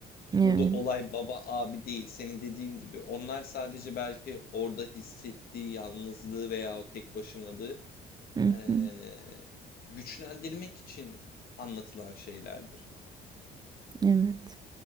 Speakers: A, on the right (about 25°); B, on the left (about 60°).
A: evet.
B: Burada olay baba abi değil senin dediğin gibi. Onlar sadece belki orada hissettiği yalnızlığı veya o tek başınalığı
A: Hı
B: eee,
A: hı.
B: güçlendirmek için anlatılan şeylerdir.
A: Evet.